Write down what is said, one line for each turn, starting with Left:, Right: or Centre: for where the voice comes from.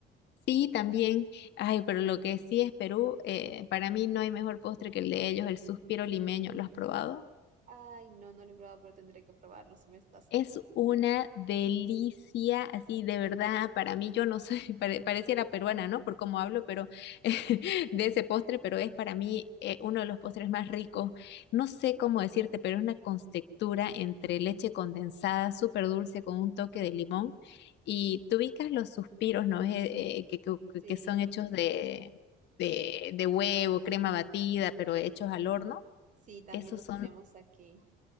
Left: Sí, también. Ay, pero lo que sí es Perú, eh, para mí no hay mejor postre que el de ellos, el suspiro limeño. ¿Lo has probado?
Right: Ay, no, no lo he probado, pero tendré que probarlo si me estás... com-
Left: Es una delicia, así de verdad, para mí yo no soy, <laughs> pare- pareciera peruana, ¿no? Por cómo hablo, pero <laughs> de ese postre, pero es para mí eh, uno de los postres más ricos. No sé cómo decirte, pero es una textura entre leche condensada, súper dulce, con un toque de limón. Y tú ubicas los suspiros, ¿no? Es, eh, eh, que, que- que-
Right: Sí,
Left: que son hechos de, de, de huevo, crema batida, pero hechos al horno.
Right: sí, también
Left: Esos
Right: los
Left: son
Right: tenemos aquí.